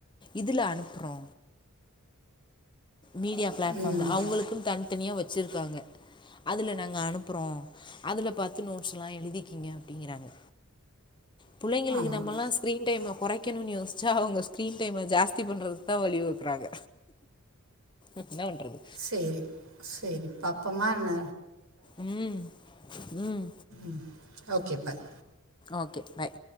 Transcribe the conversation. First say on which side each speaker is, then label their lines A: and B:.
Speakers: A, on the left; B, on the right.
A: இதுல அனுப்புறோ மீடியா பிளாட்
B: ம்
A: ஃபார்ம்ல அவுங்களுக்குன் தன்தனியா வச்சு இ ருப்பாங்க அதுல நாங்க அனுப்புறோ அதுல பாத்து நோட்ஸ்லா எழுதுக்கிங்க அப்டிங்கிறாங்க புள்ளைங்களுக்கு
B: ஆமாம்
A: நம்மல்லா ஸ் கிரீன் டைம கொறைக்கணுன் யோஸ்ச்சா அவுங்க ஸ்கிரீன் டைம ஜாஸ்தி பண்ணுறதுக் தா வழி வகுக்குறாங்க என்னா பண்றது
B: சேரி சேரி பாப்பமா என்ன
A: ம் ம்
B: ம் ஓகே பாய்
A: ஓகே பாய்